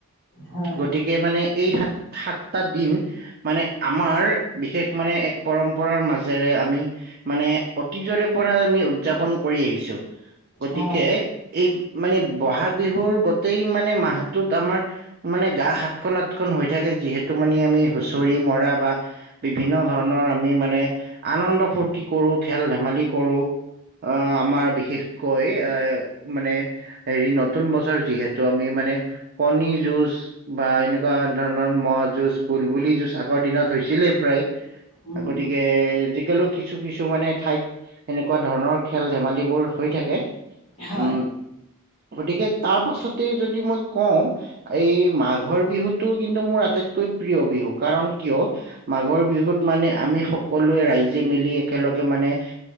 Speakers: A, on the left (about 25°); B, on the right (about 45°).
A: হয়
B: গতিক এই মানে এই সাত সাতটা দিন মানে আমাৰ বিশেষ মানে এক পৰম্পৰাৰ মাজেৰে আমি মানে অতীজৰে পৰা আমি উদৰ্যাপন কৰি আহিছোঁ। গতিকে
A: হয়
B: এ এই মানে ব'হাগ বিহুৰ গোটেই মানে মাহটোত আমাৰ মানে গা সাতখন আঁঠখন হৈ থাকে যিহেতু মানে আমি হুঁচৰি মৰা বা বিভিন্ন ধৰণৰ আমি মানে আনন্দ ফূৰ্তি কৰোঁ, খেল ধেমালি কৰোঁ। আহ আমাৰ বিশেষকৈ আ মানে হেৰি নতুন বছৰ যিহেঁতু আমি মানে কণি জুচ বা এনেকুৱা ধৰণৰ মহ যুঁজ, বুলবুলি যুঁজ আগৰ দিনত হৈছিলে প্ৰায়।
A: উম
B: গতিকে আজিকালি কিছু কিছু মানে ঠাইত এনেকুৱা ধৰণৰ খেল ধেমালিবোৰ হৈ থাকে।
A: হয়
B: উম। গতিকে তাৰ পাছতে যদি মই কওঁ এই মাঘৰ বিহুটো কিন্তু মোৰ আটাইতকৈ প্ৰিয় বিহু কাৰণ। কিয় মাঘৰ বিহুত মানে আমি সকলোৱে ৰাইজে মিলি একেলগে মানে।